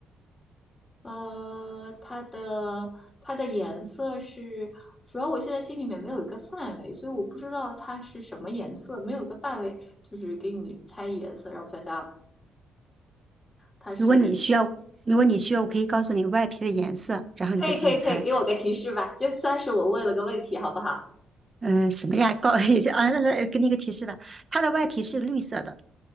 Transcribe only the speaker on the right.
如果你需要，如果你需要，我可以告诉你外皮的颜色，然后你再继续猜。
嗯、什么呀？告 <laughs> 也就啊，那那给你一个提示吧，它的外皮是绿色的。